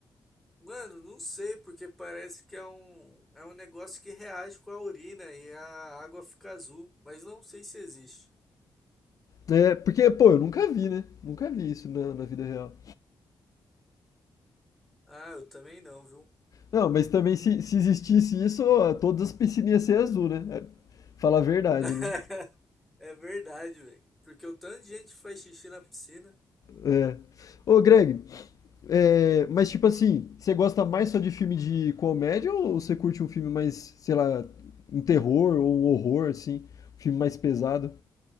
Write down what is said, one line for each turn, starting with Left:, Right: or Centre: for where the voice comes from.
Centre: Mano, não sei, porque parece que é um, é um negócio que reage com a urina e a água fica azul, mas não sei se existe.
Left: É, porque, pô, eu nunca vi, né? Nunca vi isso na, na vida real.
Centre: Ah, eu também não, viu?
Left: Não, mas também se, se existisse isso, ó, todas as piscinas iam ser azul, né? É, falar a verdade,
Centre: <laughs>
Left: né?
Centre: É verdade, velho. Porque o tanto de gente que faz xixi na piscina.
Left: É. Ô, Greg, é, mas tipo assim, você gosta mais só de filme de comédia ou você curte um filme mais, sei lá, um terror ou um horror, assim? Um filme mais pesado?